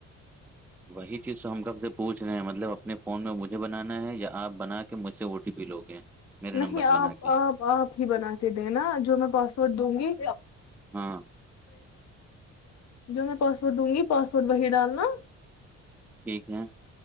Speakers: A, in the centre; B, on the left.
A: وہی چیز تو ہم کب سے پوچھ رہے ہیں مطلب اپنے فون میں مجھے بنانا ہے یا آپ بنا کے کہ مجھ سے او ٹی پی لو گے میرے
B: نہیں
A: نمبر سے
B: آپ
A: بنا کے
B: آپ آپ ہی بنا کے دینا جو میں پاسورڈ دوں گی
A: ہاں
B: جو میں پاسورڈ دوں گی پاسورڈ وہی ڈالنا
A: ٹھیک ہے